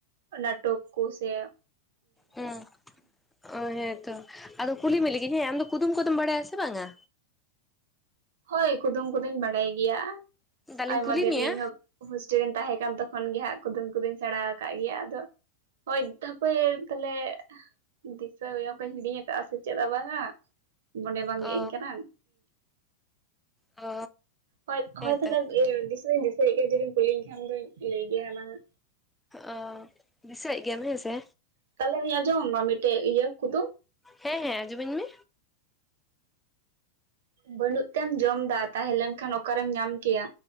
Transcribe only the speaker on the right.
ᱱᱟᱴᱚᱠ ᱠᱚ ᱥᱮ
ᱦᱳᱭ ᱠᱩᱫᱩᱢ ᱠᱩᱫᱚᱧ ᱵᱟᱲᱟᱭ ᱜᱮᱭᱟ
ᱟᱭᱢᱟ
ᱫᱤᱱᱜᱮ
ᱤᱧ ᱦᱚᱸ ᱦᱳᱥᱴᱮᱞᱤᱧ ᱛᱟᱦᱮᱸ ᱠᱟᱱ ᱛᱚᱠᱷᱚᱱ ᱜᱮ ᱦᱟᱸᱜ ᱠᱩᱫᱩᱢ ᱠᱚᱫᱚᱧ ᱥᱮᱬᱟ ᱟᱠᱟᱫ ᱜᱮᱭᱟ ᱟᱫᱚ ᱦᱳᱭ ᱛᱟᱯᱚᱨ ᱛᱟᱦᱚᱞᱮ ᱫᱤᱥᱟᱹ ᱦᱩᱭᱩᱜ ᱚᱱᱠᱟᱧ ᱦᱤᱲᱤᱧ ᱟᱠᱟᱫᱼᱟ ᱥᱮ ᱪᱮᱫ ᱟᱵᱟᱨ ᱦᱟᱸᱜ ᱢᱚᱱᱮ ᱵᱟᱝᱜᱮᱫ
ᱟᱹᱧ ᱠᱟᱱᱟ
ᱦᱳᱭ ᱦᱳᱭ
ᱛᱟᱦᱚᱞᱮ ᱫᱤᱥ ᱫᱩᱧ ᱫᱤᱥᱟᱹᱭᱮᱫ ᱜᱮᱭᱟ ᱡᱩᱫᱤᱢ ᱠᱩᱞᱤᱧ ᱠᱷᱟᱱ ᱫᱚᱧ ᱞᱟᱹᱭ ᱜᱮᱭᱟ ᱢᱟᱦᱟᱹᱟ
ᱛᱟᱦᱚᱞᱮ ᱨᱤᱧ ᱟᱸᱡᱚᱢᱟᱢᱟ ᱢᱤᱫᱴᱮᱡ ᱤᱭᱟᱹ ᱠᱩᱫᱩᱢ
ᱵᱟᱹᱱᱩᱜ ᱛᱮᱢ ᱡᱚᱢ ᱫᱟ ᱛᱟᱦᱮᱸᱞᱮᱱ ᱠᱷᱟᱱ ᱚᱠᱟᱨᱮᱢ ᱧᱟᱢ ᱠᱮᱭᱟ